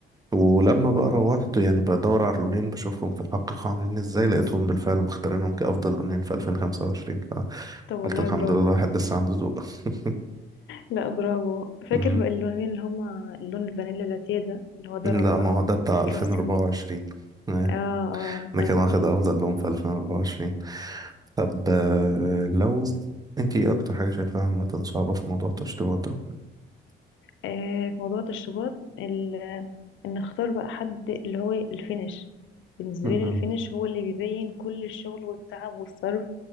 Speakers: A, on the right (about 20°); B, on the left (about 75°).
A: ولما بقى روحت يعني بدور على اللونين بشوفهم في الحقيقة عاملين ازاي لقيتهم بالفعل مختارينهم كأفضل لونين في 2025 فقلت
B: طب والله
A: الحمد
B: برافو
A: لله الواحد لسه عنده ذوق <laughs>
B: لا برافو فاكر
A: أمم.
B: بقى اللونين اللي هما اللون الفانيلا لاتيه ده اللي هو ضرب
A: لا
B: بقى
A: ما هو ده
B: ومن
A: بتاع
B: كام
A: 2024
B: سنين
A: إيه،
B: اه
A: ده
B: اه
A: كان واخد أفضل لون في 2024 طب آه، لو انت ايه أكتر حاجة شايفاها عامة صعبة في موضوع التشطيبات ده؟
B: آه، في موضوع التشطيبات ال- آه، ان اختار بقى حد اللي هو الفينش بالنسبه
A: أمم.
B: لي الفينش هو اللي بيبين كل الشغل والتعب والصرف